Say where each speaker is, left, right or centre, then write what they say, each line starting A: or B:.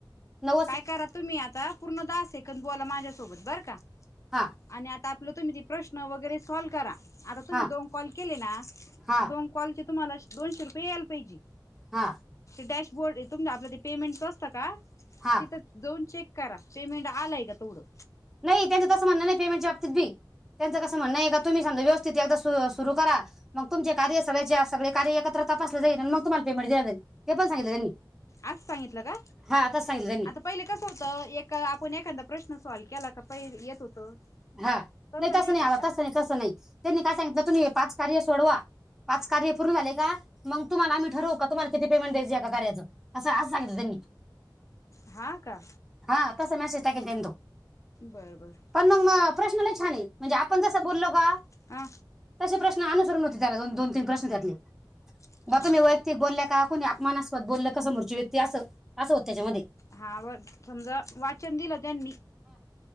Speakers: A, in the centre; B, on the left (about 40°).
A: न
B: काय करा तुम्ही आता पूर्ण दहा सेकंद बोला माझ्यासोबत बरं का.
A: हा
B: आणि आपलं तुम्ही ते प्रश्न वगैरे सॉल्व करा. आता तुम्ही
A: हा
B: दोन कॉल केले ना
A: हा
B: दोन कॉल चे तुम्हाला दोनशे रुपये याल पाहिजे.
A: हा.
B: डॅशबोर्ड आहे तुमच आपलं ते पेमेंटच असतं का.
A: हा
B: तिथं दोन चेक. करा पेमेंट आलाय का तवडं
A: नाही त्यांच तसं म्हण नाही पेमेंटच्या बाबतीत बी त्यांचं कस म्हण आहे का तुम्ही समजा व्यवस्थितती एक सुरु करा मग तुमचे कार्य सगळ्या सगळे कार्य एकत्र तपासले जाईल आणि मग तुम्हाला पेमेंट दिलं जाईल ते पण सांगितले त्यांनी
B: आज सांगितलं काय
A: हा तसं सांगितलं त्यांनी
B: आता पहिले कस होतं एक आपण एखादा प्रश्न सॉल् केला. पयल येत होतं.
A: हा
B: तसं
A: नाही तस नाही
B: का
A: आला
B: आता?
A: तस नाही तसं नाही त्यांनी काय सांगितलं तुम्ही हे पाच कार्य सोडवा पाच कार्य पूर्ण झालेय का. मग तुम्हाला आम्ही ठरवू का तुम्हाला किती पेमेंट द्यायच एका कार्याचं. असं असं सगितलं त्यांनी.
B: हा का
A: हा तसा मेसेज. ल तु <unintelligible>
B: बर बर.
A: मग प्रश्न लई छान म्हणजे आपण जसं बोललो का
B: हा.
A: तसे प्रश्न अनुसरून होते त्या दोन दोन तीन त्यातले.
B: हा
A: म तुमी वैयक्तिक
B: का
A: बोलल्या का कूनी मानास्वत बोललं क समोरची व्यक्ती असं असं होत त्याच्यामध्ये
B: हा व समजा वाचन दिलं त्यांनी?